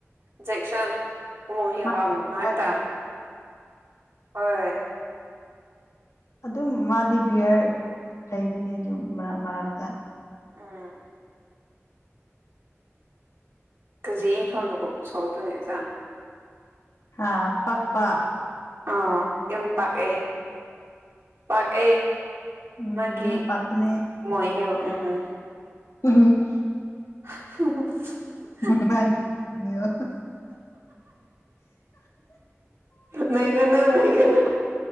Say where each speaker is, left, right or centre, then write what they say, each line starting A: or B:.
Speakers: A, on the right; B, on the left.
A: ꯖꯦꯛꯁꯟ <unintelligible>
B: ꯃꯥꯗꯤ ꯃꯥ
A: ꯍꯣꯏ
B: ꯑꯗꯨꯝ ꯃꯥꯗꯤ ꯕꯤꯌꯔ ꯂꯩꯕꯅꯦ ꯑꯗꯨꯝ ꯃꯔ ꯃꯔꯛꯇ
A: ꯑꯥ ꯀꯖꯤ ꯌꯦ ꯁꯣꯝꯗ ꯀꯨꯝꯅ ꯁꯧꯛꯇꯣꯏꯅꯦ ꯏ ꯆꯥꯡ <unintelligible>
B: ꯍꯥ ꯄꯛꯄꯥ
A: ꯑ ꯌꯥꯝ ꯄꯥꯛꯑꯦ ꯄꯥꯛꯑꯦ
B: ꯎꯝ
A: ꯃꯥꯒꯤ
B: ꯌꯥꯝ ꯄꯥꯛꯄꯅꯦ
A: ꯃꯣꯏ ꯍꯤꯔꫭ ꯎꯝ ꯎꯝ
B: ꯎꯝ
A: <unintelligible>
B: <unintelligible>
A: ꯅꯩꯒꯅꯣ ꯅꯩꯒꯅꯣ